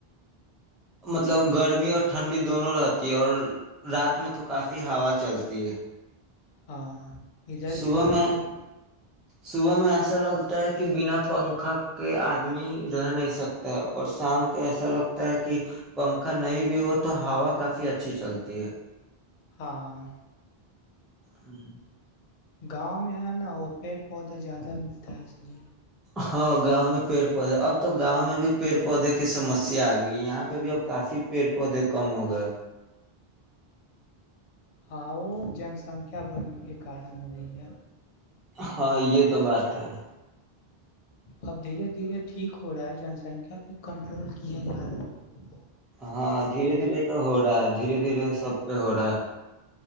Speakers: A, in the centre; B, on the left.
A: مطلب گرمی اور ٹھنڈی دونوں رہتی ہے اور رات میں تو کافی ہوا چلتی ہے
B: ہاں ادھر
A: صبح
B: بھی ویسا
A: میں
B: ہی
A: صبح میں ایسا لگتا ہے کہ بنا پنکھا کے آدمی رہ نہیں سکتا ہے اور شام کو ایسا لگتا ہے کہ پنکھا نہیں بھی ہو تو ہوا کافی اچھی چلتی ہے
B: ہاں
A: ہاں
B: گاؤں میں ہے نا وہ پیڑ پودا زیادہ ملتا ہے اس لیے
A: ہاں گاؤں میں پیڑ پودے اب تو گاؤں میں بھی پیڑ پودے کی سمسیا آ گئی یہاں پہ بھی اب کافی پیڑ پودے کم ہو گئے
B: ہاں وہ جن سنکھیا بڑھنے کے کارن ہو رہی ہے
A: ہاں یہ تو بات ہے
B: اب دھیرے دھیرے ٹھیک ہو رہا ہے جنسنکھیا پہ کنٹرول کیا جا رہا ہے
A: ہاں دھیرے دھیرے تو ہو رہا ہے دھیرے دھیرے سب پہ ہو رہا ہے